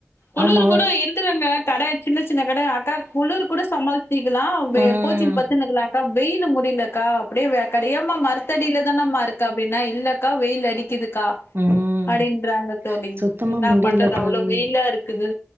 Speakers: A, on the left; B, on the right.
A: குளுரு
B: ஆமா
A: கூட இருக்கற அங்க தட சின்னகட அக்கா குளிரு கூட சமாள்சிக்கலா வெ
B: ம்
A: போத்தினு பத்துனுக்கலாங்கா வெயிலு முடிலக்கா அப்டியே வேக்காடு ஏம்மா மரத்தடியில தானமாருக்க அப்டின்னா இல்லக்கா வெயில் அடிக்கிதுக்கா
B: ம்
A: அப்டின்றாங்க தோழி
B: சுத்தமா
A: என்னா
B: முடியல
A: பண்றது அவ்ளோ
B: தோழி
A: வெயிலா இருக்குது